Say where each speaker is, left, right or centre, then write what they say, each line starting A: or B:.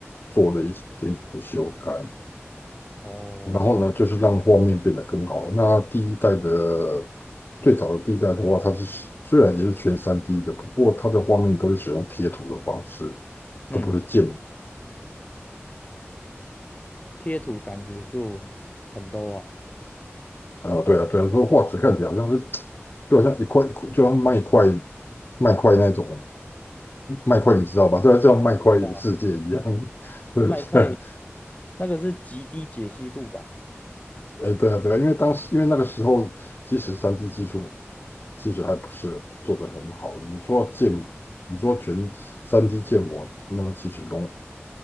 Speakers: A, on the left; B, on the left.
A: 做了一点点的修改，
B: 哦，
A: 然后呢就是让画面变得更好。那第一代的最早的第一代的话，它是虽然也是全三 d 的，不过它的画面都是使用贴图的方式，
B: 嗯，
A: 而不是建
B: 贴图感觉就很 low 啊，
A: 啊，对啊，对啊，说化石看起来好像是就好像一块，就像麦块麦块那种麦块，你知道吧？对啊，就像麦块世界一样，
B: 我不知道，
A: <laughs> 对对，
B: 麦块那个是极低解析度吧？
A: 哎，对啊，对啊，因为当时因为那个时候，其实三 d 技术其实还不是做得很好。你说建模，你说全三 d 建模，那么其实容